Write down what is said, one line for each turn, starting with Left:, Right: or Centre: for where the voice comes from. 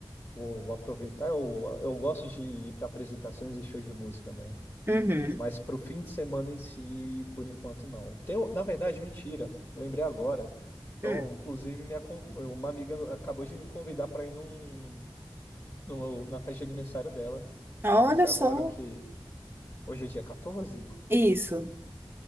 Left: Vou, aproveitar. Eu, eu gosto de ir para apresentações e shows de música, né?
Right: Uhum.
Left: Mas para o fim de semana em si, por enquanto, não. Tem, na verdade, mentira. Lembrei agora. Então,
Right: Hum.
Left: inclusive, minha, con- uma amiga acabou de me convidar para ir num, num- na festa de aniversário dela.
Right: Olha
Left: Vai ser agora
Right: só.
Left: o que Hoje é dia 14?
Right: Isso.